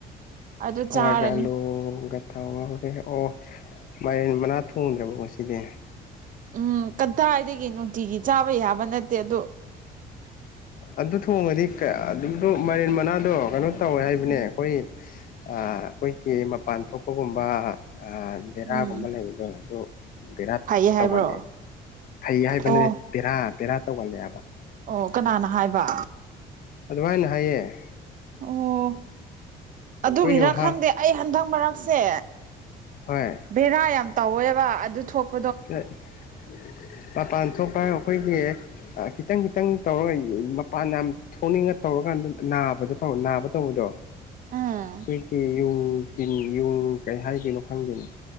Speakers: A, on the right; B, on the left.
A: ꯑꯗꯨ
B: ꯍꯋꯥꯏꯒ
A: ꯆꯥꯔꯅꯤ
B: ꯑꯂꯨꯒ ꯊꯥꯎ ꯉꯔꯦ ꯑꯣ ꯃꯥꯏꯔꯦꯟ ꯃꯅꯥ ꯊꯣꯡꯗ꯭ꯔꯕꯣ ꯉꯁꯤꯗꯤ꯫
A: ꯎꯝ ꯀꯗꯥꯏꯗꯒꯤ ꯅꯨꯡꯇꯤꯒꯤ ꯆꯥꯕ ꯌꯥꯕ ꯅꯠꯇꯦ ꯑꯗꯨ꯫
B: ꯑꯗꯨ ꯊꯣꯡꯉꯗꯤ ꯀꯩ ꯑ ꯑꯗꯨꯗꯣ ꯃꯥꯏꯔꯦꯟ ꯃꯅꯥꯗꯣ ꯀꯩꯅꯣ ꯇꯧꯋꯦ ꯍꯥꯏꯕꯅꯦ
A: ꯎꯝ
B: ꯑꯈꯣꯏ ꯑ ꯈꫭꯏꯒꯤ ꯃꯄꯥꯟ ꯊꯣꯛꯄꯒꯨꯝꯕꯥ ꯑ ꯕꯦꯔꯥꯒꯨꯝꯕ
A: ꯎꯝ
B: ꯂꯩꯕꯗꯣ ꯑꯗꯨ ꯕꯦꯔꯥ
A: ꯐꯩꯌꯦ
B: ꯇꯧꯒꯜꯂ
A: ꯍꯥꯏꯕ꯭ꯔꯣ
B: ꯐꯩ ꯍꯥꯏꯕꯅꯦ꯫
A: ꯑꯣ
B: ꯕꯦꯔꯥ ꯕꯦꯔꯥ ꯇꯧꯒꯜꯂꯦ ꯍꯥꯏꯕ꯫
A: ꯑꯣ ꯀꯅꯥꯅ ꯍꯥꯏꯕ꯫
B: ꯑꯗꯨꯃꯥꯏꯅ ꯍꯥꯏꯌꯦ꯫
A: ꯑꯣ
B: ꯑꯩꯈꯣꯏꯒꯤ
A: ꯑꯗꯨꯒꯤꯔꯥ
B: ꯍꯥ
A: ꯈꯪꯗꯦ ꯑꯩ ꯍꯟꯗꯛ ꯃꯔꯛꯁꯦ
B: ꯍꯣꯏ꯫
A: ꯕꯦꯔꯥ ꯌꯥꯝ ꯇꯧꯋꯦꯕ ꯑꯗꯨ ꯊꯣꯛ
B: <unintelligible> ꯃꯄꯥꯟ ꯊꯣꯛꯄ ꯍꯥꯏꯔ ꯑꯈꯣꯏꯒꯤ ꯑ ꯈꯤꯇꯪ-ꯈꯤꯇꯪ ꯇꯧꯔꯒ ꯃꯄꯥꯟ ꯌꯥꯝ ꯊꯣꯛꯅꯤꯡꯉ ꯇꯧꯔꯀꯥꯟꯗ ꯅꯥꯕꯗ ꯇꯧ ꯅꯥꯕ ꯇꯧꯕꯗꯣ
A: ꯑꯣ
B: ꯑꯈꯣꯏꯒꯤ ꯌꯨꯡ ꯇꯤꯟ ꯌꯨꯡ ꯀꯩ ꯍꯥꯏꯗꯣꯏꯅꯣ ꯈꯪꯗꯦꯅꯤ